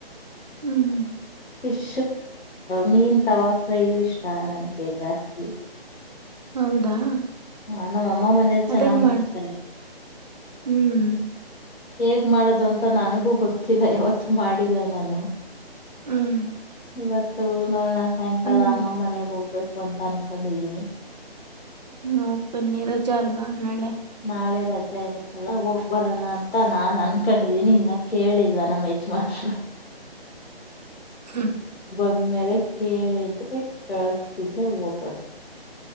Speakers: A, on the right (about 45°); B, on the left (about 85°).
A: ಹ್ಮ್
B: ಫಿಶ್ ಮೀನ್ ತವಾ ಫ್ರೈಯು ಇಷ್ಟ ನನಗೆ ಜಾಸ್ತಿ
A: ಹೌದಾ
B: ಹಾ ನಮ್ಮ ಅಮ್ಮ ಮನೇಲಿ ಚೆನ್ನಾಗಿ
A: ಅದ್ ಹೆಂಗ್
B: ಮಾಡ್ತಾರೆ
A: ಮಾಡ ಹ್ಮ್
B: ಹೇಗ್ ಮಾಡೋದು ಅಂತ ನನಗೂ ಗೊತ್ತಿಲ್ಲ ಯಾವತ್ತುೂ ಮಾಡಿಲ್ಲ ನಾನು
A: ಹ್ಮ್
B: ಇವತ್ತು ನೋಡೋಣ ಸಾಯಂಕಾಲ
A: ಹ್ಮ್
B: ಅಮ್ಮ ಮನೆಗ್ ಹೋಗ್ಬೇಕು ಅಂತ ಅನ್ಕೊಂಡಿದೀನಿ
A: ಹ್ಮ ಹೋಗ್ ಬನ್ನಿ ರಜಾ ಅಲ್ವಾ ನಾಳೆ
B: ನಾಳೆ ರಜೆ ಇರುತ್ತಲ್ಲ ಹೋಗ್ ಬರೋಣ ಅಂತ ನಾನನ್ ಅನ್ಕೊಂಡಿದ್ದೀನಿ ಇನ್ನ ಕೇಳಿಲ್ಲ ನಮ್ಮ ಯಜಮಾನ್
A: ಹ್ಮ
B: ಒ್ಮಲೆ ಕೇಳಿದ್ರೆ ಕಳಸ್ತಿದ್ರೆ ಹೋಗದು